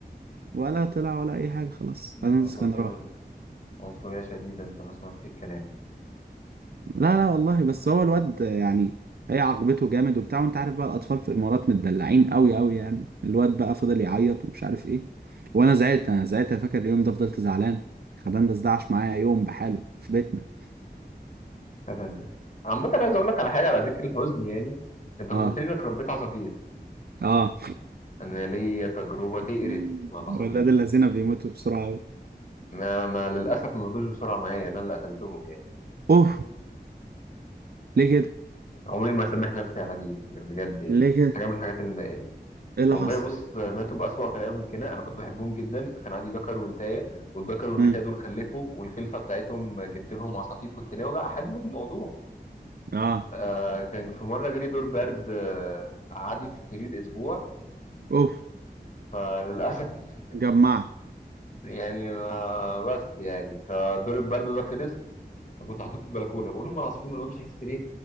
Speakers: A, on the right (about 65°); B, on the left (about 50°).
A: ولا طلع ولا أي حاجة خلاص
B: الموضوع
A: خدندس كان
B: فيها
A: راح
B: عنصريه شديده انت ما سمعتش الكلام
A: لا لا والله بس هو الواد يعني هي عاقبته جامد وبتاع وأنت عارف بقى الأطفال في الإمارات متدلعين أوي أوي يعني الواد بقى فضل يعيط ومش عارف إيه وأنا زعلت أنا زعلت أنا فاكر اليوم ده فضلت زعلان خدندس ده عاش معايا يوم بحاله في بيتنا
B: هذا انت عامه عايز اقول لك على حاجه على ذكر الحزن يعني انت كنت
A: اه
B: قلت لي انك ربيت عصافير
A: اه
B: انا ليا تجربه
A: <laughs>
B: تقرف مع العصافير
A: ولاد الذين بيموتوا بسرعة
B: ما انا للاسف ما ماتوش بسرعه معايا انا اللي قتلتهم يعني
A: اوف ليه كده
B: عمري ما سامح نفسي على دي بجد يعني
A: ليه كده
B: حاجه من الحاجات اللي مضايقاني
A: ايه اللي
B: والله
A: حصل
B: بص ماتوا بأسوأ طريقة ممكنة أنا كنت بحبهم جدا كان عندي دكر ونتاية والدكر والنتاية
A: امم
B: دول خلفوا والخلفة بتاعتهم جبت لهم عصافير كنت ناوي بقى أحلل الموضوع
A: اه
B: آه كان في مرة جالي دور برد آه قعدني في السرير أسبوع
A: اوف
B: فللأسف <laughs>
A: جمعت
B: يعني ما بس يعني فدور البرد ده خلص كنت حاطط في البلكونة بقول لهم العصافير ما لهمش حس ليه